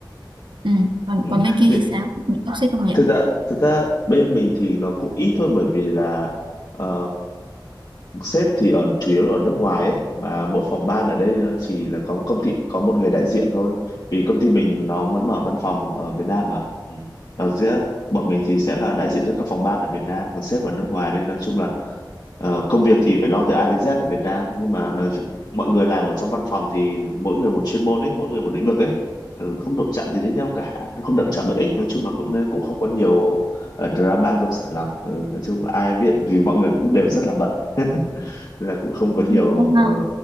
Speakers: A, on the right; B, on the left.
A: ừ. còn
B: Ừ.
A: còn bên kia
B: Nhưng-
A: thì sao có bị toxic không vậy
B: thực ra thực ra bên mình thì nó cũng ít thôi bởi vì là ờ, sếp thì ở chủ yếu là ở nước ngoài ấy mà mỗi phòng ban ở đây nó chỉ là có công ty có một người đại diện thôi vì công ty mình nó mới mở văn phòng ở Việt Nam mà ừ. nó sẽ bọn mình thì sẽ là đại diện cho các phòng ban ở Việt Nam còn sếp ở nước ngoài nên nói chung là ờ, công việc thì phải lo từ A đến Z ở Việt Nam nhưng mà nói chung, mọi người làm ở trong văn phòng thì mỗi người một chuyên môn ấy mỗi người một lĩnh vực ấy Ừ, không động chạm gì đến nhau cả không động chạm lợi ích nói chung là cũng cũng không có nhiều ờ, drama công sở lắm Ừ, nói chung là ai biết vì mọi người cũng đều rất là bận <laughs> là cũng không có nhiều
A: Ừ, có
B: ờ,
A: ha.